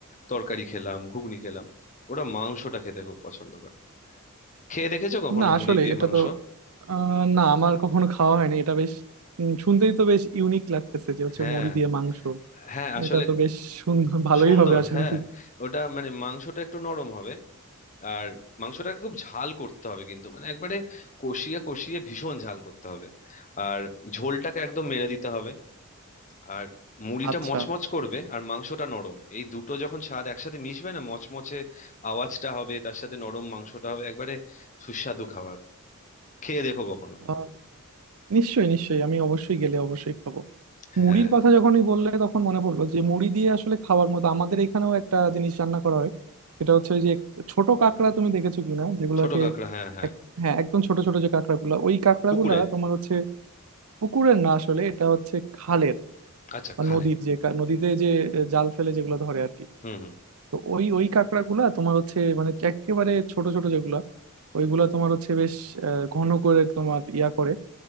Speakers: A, on the left (about 35°); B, on the right (about 80°).
A: তরকারি খেলাম ঘুগনি খেলাম ওরা মাংসটা খেতে খুব পছন্দ করে খেয়ে দেখেছো কখনো
B: না আসলে
A: মুড়ি দিয়ে
B: এটা
A: মাংস
B: তো আহ, না আমার কখনো খাওয়া হয়নি এটা বেশ উম, শুনতেই তো বেশ ইউনিক লাগতেছে যে হচ্ছে
A: হ্যাঁ
B: মুড়ি দিয়ে মাংস
A: হ্যাঁ আসলে
B: এটা তো বেশ সুন্দর <laughs> ভালোই
A: সুন্দর
B: হবে আশা
A: হ্যাঁ
B: করি
A: ওটা মানে মাংসটা একটু নরম হবে আর মাংসটাকে খুব ঝাল করতে হবে কিন্তু মানে একবারে কষিয়ে কষিয়ে ভীষণ ঝাল করতে হবে আর ঝোলটাকে একদম মেরে দিতে হবে আর মুড়িটা
B: আচ্ছা
A: মচমচ করবে আর মাংসটা নরম এই দুটো যখন স্বাদ একসাথে মিশবে না মচমচে আওয়াজটা হবে তার সাথে নরম মাংসটা হবে একবারে সুস্বাদু খাবার খেয়ে দেখো কখনো
B: আহ, নিশ্চয়ই নিশ্চয়ই আমি অবশ্যই গেলে অবশ্যই খাবো
A: হ্যাঁ
B: মুড়ির কথা যখনই বললে তখন মনে পড়লো যে মুড়ি দিয়ে আসলে খাওয়ার মতো আমাদের এখানেও একটা জিনিস রান্না করা হয় এটা হচ্ছে ওই যে ছোট কাঁকড়া তুমি দেখেছো কিনা যেগুলোকে
A: ছোট কাঁকড়া হ্যাঁ হ্যাঁ
B: এক- হ্যাঁ একদম ছোট ছোট যে কাঁকড়াগুলো ওই কাঁকড়াগুলা
A: পুকুরের
B: তোমার হচ্ছে পুকুরের না আসলে এটা হচ্ছে খালের
A: আচ্ছা
B: বা
A: খালে
B: নদীর যে কা- নদীতে যে আহ, জাল ফেলে যেগুলো ধরে আর কি
A: হুম হুম
B: তো ওই ওই কাঁকড়াগুলা তোমার হচ্ছে মানে একেবারে ছোট ছোট যেগুলা ওইগুলা তোমার হচ্ছে বেশ আহ, ঘন করে তোমার ইয়া করে